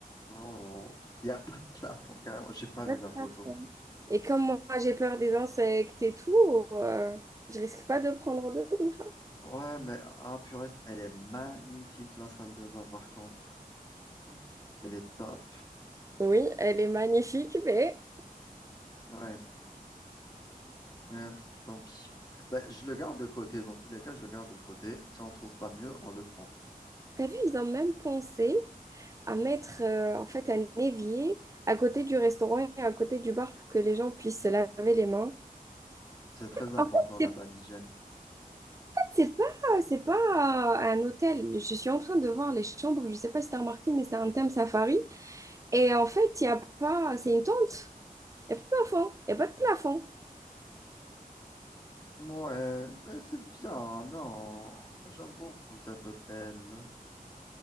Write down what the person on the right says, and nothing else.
Y a
pas
de plafond.
Et comme moi, j'ai peur des insectes et tout, euh, je risque pas de prendre de douche. hein.
Oui, elle est magnifique, mais
t'as vu, ils ont même pensé à mettre euh, en fait un évier à côté du restaurant et à côté du bar pour que les gens puissent se laver les mains.
En fait, c'est
pas,
c'est pas, c'est pas euh, un hôtel. Je suis en train de voir les chambres. Je sais pas si t'as remarqué, mais c'est un thème safari. Et en fait, il y a pas, c'est une tente. Il n'y a pas de plafond. Il n'y a pas de plafond.